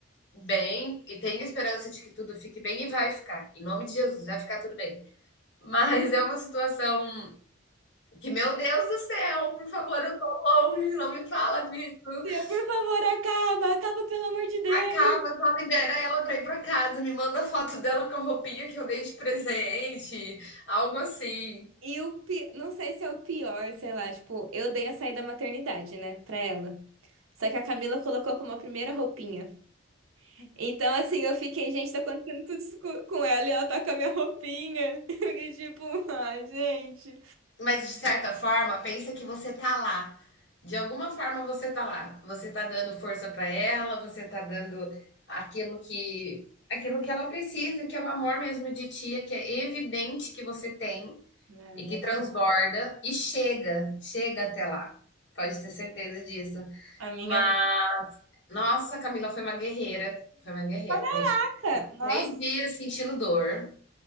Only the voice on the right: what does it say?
Tia, Por favor, acaba, acaba, pelo amor de Deus.
E o pi... não sei se é o pior, sei lá, tipo, eu dei a saída maternidade, né, pra ela. Só que a Camila colocou como a primeira roupinha. Então, assim, eu fiquei, gente, tá acontecendo tudo isso co- com ela e ela tá com a minha roupinha. <laughs> Eu fiquei tipo, ai, gente.
Ai,
A minha
mãe.
Caraca,
nossa.